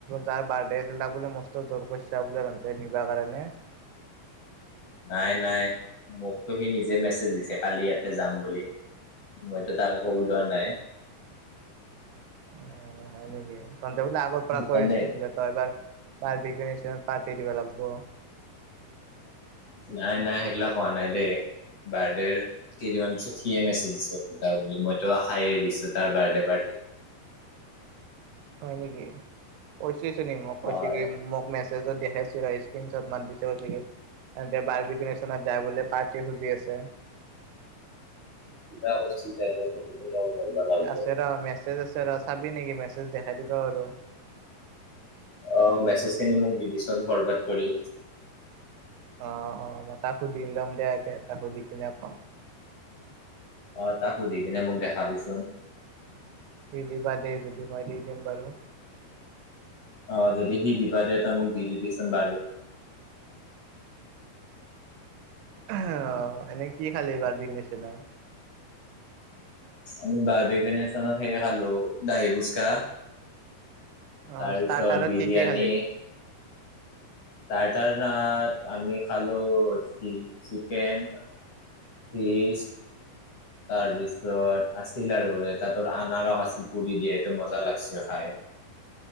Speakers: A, on the right (about 80°); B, on the left (about 70°).
A: যাৰ বাৰডে আছিল তাক বোলে মস্ত জুৰ কৰচ চা বোলে তহঁতে নিবা কাৰণে।
B: নাই- নাই, মোকতো সি নিজে মেছেজ দিছে কালি ইয়াতে যাম বুলি। মইতো তাক আকৌ উলোৱা নাই।
A: অ' হয় নেকি, তহঁতে বোলে আগৰ পৰা
B: সেইকাৰণে
A: কৈ আছিলি বোলে তই এবাৰ বাৰ্বিকিও নেচনত পাৰ্টি দিব লাগব।
B: নাই-নাই সেইগিলা কোৱা নাই দেই, বাৰদেৰ কেইদিনমান পিছত সিয়ে মেছেজ দিছিল <unintelligible> বুলি, মইতো আশাই দিছিলো তাৰ বাৰ্থডে পাৰ্টি
A: হয় নেকি, <unintelligible> নি মোক
B: হয়
A: কৈছে কি মোক মেচ চেজত দেখাইচো ৰ, স্কিন চট মাৰি দিচে <unintelligible> সিহঁতে বাৰবিকিও নেচনত যায় বোলে, পাৰ্টি খুজি আছে।
B: <unintelligible> ধৰিব লাগব
A: আছে ৰ মেছেজ আছে ৰ, চাবি নেকি মেছেজ দেখাই দিবা পাৰো।
B: অ', মেছেজ খিনি মোক দিবিচোন ফৰৱড কৰি।
A: অ', অ', মই তাক সুধি ল'ম দে আগে, তাক সুধি কিনে কম।
B: অ', তাক সুধি কিনে মোক দেখাবিচোন।
A: সি দিবা দিয়ে যদি মই দি দিম বাৰু।
B: অ', যদি সি দিবা দিয়ে তই মোক দি দিবিচোন বাৰু।
A: অ', এনেই কি খালি বাৰ্বিকিউ নেচণত।
B: আমি বাৰবিকিও নেচনত সেই খালোঁ, দাহি ফুচকা। তাৰ
A: অ', ষ্টাৰ্টাৰত
B: পিছত বিৰিয়ানী
A: কি-কি খালি?
B: ষ্টাৰ্টাৰনত আমি খালো চিলি চিকেন। <unintelligible> তাৰপিছত আছিল আৰু তাতৰ আনাৰস আছিল পুৰি দিয়ে সেইটো মজা লাগিছে খাই।
A: <inaudible>